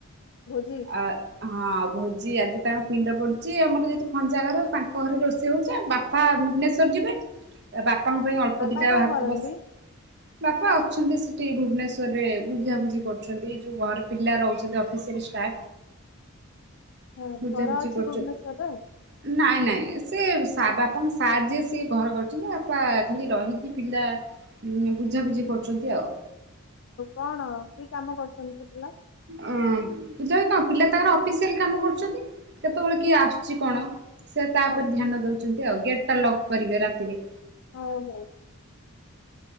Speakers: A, on the left (about 55°); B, on the right (about 50°).
A: ଭୋଜି?
B: ଆ ହଁ ଭୋଜି ଆଜି ତାଙ୍କ ପିଣ୍ଡ ପଡୁଛି ଆମର ଯେହେତୁ ଖଞ୍ଜା ଘର ତାଙ୍କ ଘରେ ରୋଷେଇ ହଉଛି ବା ବାପା ଭୁବନେଶ୍ଵର ଯିବେ ବାପାଙ୍କ ପାଇଁ ଅଳ୍ପ
A: ବାପା
B: ଦିଇଟା
A: କଣ
B: ଭାତ
A: କରନ୍ତି?
B: ବସ ବାପା ଅଛନ୍ତି ସେଠି ଭୁବନେଶ୍ଵର ରେ ବୁଝାବୁଝି କରୁଛନ୍ତି ଯୋଉ ଘରେ ପିଲା ରହୁଛନ୍ତି ଅଫିସରେ ତା
A: ହଁ
B: ବୁଝାବୁଝି
A: ଘର ଅଛି
B: କରୁଛନ୍ତି।
A: ଭୁବନେଶ୍ଵରରେ
B: ନାଇଁ ନାଇଁ ସେ ବାପାଙ୍କ ସାର୍ ଯିଏ ସିଏ ଘର କରିଛନ୍ତି, ବାପା ଖାଲି ରହିକି ପିଲା ବୁଝାବୁଝି କରୁଛନ୍ତି ଆଉ।
A: କଣ କି କାମ କରୁଛନ୍ତି ସେ ପିଲା?
B: ଅଁ କଣ ପିଲା ତାଙ୍କର ଅଫିସିଆଲ କାମ କରୁଛନ୍ତି କେତେବେଳେ କିଏ ଆସୁଛି କଣ? ସେ ତା
A: ହଁ
B: ଉପରେ ଧ୍ୟାନ ଦେଉଛନ୍ତି ଆଉ ଗେଟଟା ଲକ୍ କରିବେ ରାତିରେ।
A: ଓହୋ।